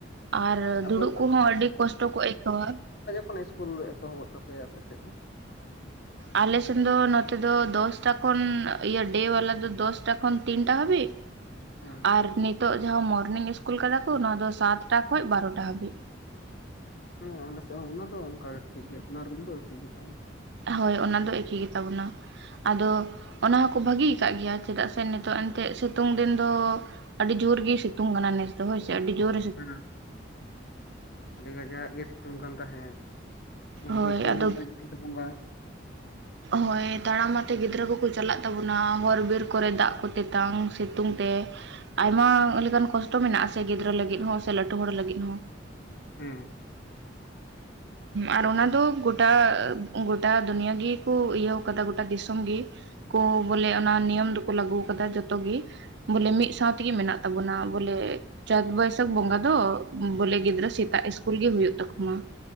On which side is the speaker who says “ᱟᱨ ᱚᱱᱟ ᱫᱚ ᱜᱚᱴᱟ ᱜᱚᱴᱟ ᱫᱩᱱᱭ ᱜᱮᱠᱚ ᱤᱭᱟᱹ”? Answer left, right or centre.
Right